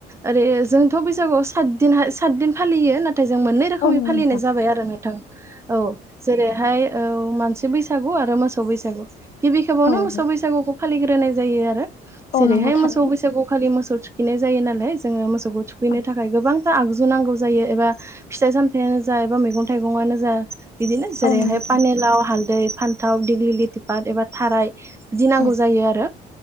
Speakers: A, on the right (about 15°); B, on the left (about 45°).
A: ओरै जोंथ' बै सागुआव सातदिनहाय सातदिन फालियो ना थाय जों मोननै रोखोमै
B: औ नंगौ
A: फालिनाय
B: नोंथां
A: जाबाय आरो नोंथां औ जेरै हाय औ मानसि बैसागु आरो मोसौ बैसागु। गिबि खेबावनो
B: औ
A: मोसौ
B: नंगौ
A: बैसागुखौ फालिग्रो नाय जायो आरो जेरैहाय
B: औ नंगौ थारैनो
A: मोसौ बैसागु खालि मोसौ थुखिनाय जायो नालाय जोङो मोसौ खौ थुखैनो
B: औ
A: थाखाय गोबांथा आगजु नांगौ जायो एबा फिथाय सामथायानो जा एबा मेगं थाइगंआनो जा बिदिनो जेरैहाय
B: औ नंगौ नोंथां
A: पानेलाव, हालदै फान्थाव, दिग्लिलिथि पाट एबा थाराय बिदि नांगौ
B: उम
A: जायो आरो